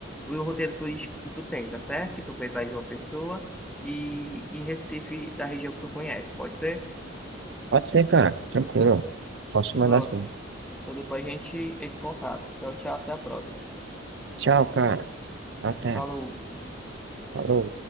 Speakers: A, in the centre; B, on the right.
A: o roteiro turístico que tu tem, tá certo? Que tu fez lá em João Pessoa e em Recife, da região que tu conhece, pode ser?
B: pode ser, cara. Tranquilo. Posso mandar
A: não
B: sim.
A: Então depois a gente entra em contato. Tchau, tchau, até a próxima.
B: Tchau, cara. Até.
A: Falou.
B: Falou.